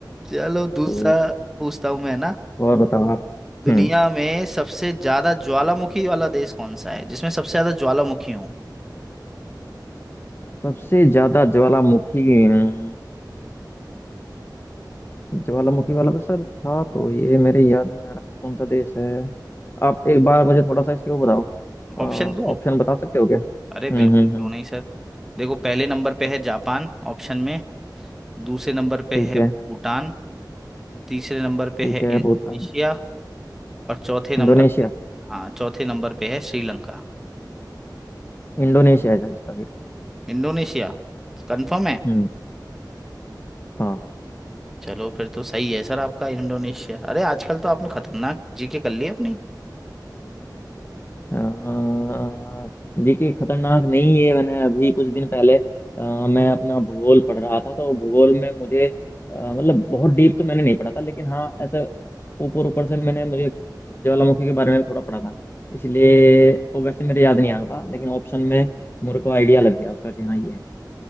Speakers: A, in the centre; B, on the left.
A: चलो दूसरा
B: तो
A: पूछता हूँ मैं ना
B: और बताओ आप
A: दुनिया
B: हम्म
A: में सबसे ज्यादा ज्वालामुखी वाला देश कौन सा है जिसमें सबसे ज्यादा ज्वालामुखी हो
B: सबसे ज्यादा ज्वालामुखी हम्म, ज्वालामुखी वाला तो सर था तो ये मेरे याद नहीं आ रहा कौन सा देश है आप एक बार मुझे थोड़ा सा इसके वो बताओ
A: ऑप्शन दूं
B: ऑप्शन बता सकते हो क्या हम्म
A: अरे बिल्कुल
B: हम्म
A: क्यों
B: हम्म
A: नहीं सर देखो पहले नंबर पे है जापान ऑप्शन में दूसरे नंबर पे
B: ठीक
A: है
B: है
A: भूटान तीसरे नंबर पे
B: ठीक
A: है इंडोनेशिया
B: है भूटान
A: और चौथे नंबर
B: इंडोनेशिया
A: पे हाँ चौथे नंबर पे है श्रीलंका
B: इंडोनेशिया है सर इसका फिर
A: इंडोनेशिया कंफर्म है
B: हम्म हाँ
A: चलो फिर तो सही है सर आपका इंडोनेशिया अरे आजकल तो आपने खतरनाक जीके कर ली अपनी
B: अ, देखिए खतरनाक नहीं है मैंने अभी कुछ दिन पहले अ, मैं अपना भूगोल पढ़ रहा था तो भूगोल में मुझे अ, मतलब बहुत डीप तो मैंने नहीं पढ़ा था लेकिन हाँ ऐसा ऊपर ऊपर से मैंने मुझे ज्वालामुखी के बारे में थोड़ा पढ़ा था इसलिए वो वैसे मेरे याद नहीं आ रहा था लेकिन ऑप्शन में मेरे को आइडिया लग गया उसका कि हाँ ये है